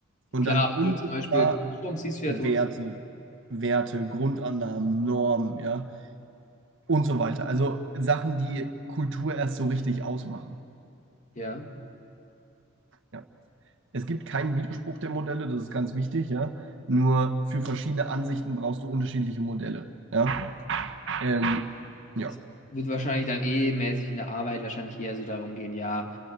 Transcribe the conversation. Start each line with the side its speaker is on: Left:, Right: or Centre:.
Right: Und
Left: Klar,
Right: dann unsichtbar
Left: wenn du zum Beispiel Kirschbaum siehst du
Right: Werte,
Left: ja trotzdem.
Right: Werte, Grundannahmen, Normen, ja, und so weiter. Also Sachen, die Kultur erst so richtig ausmachen.
Left: Ja.
Right: Ja. Es gibt keinen Widerspruch der Modelle, das ist ganz wichtig, ja. Nur für verschiedene Ansichten brauchst du unterschiedliche Modelle. Ja, ähm, ja,
Left: es wird wahrscheinlich dann eh mäßig in der Arbeit wahrscheinlich eher so darum gehen, ja,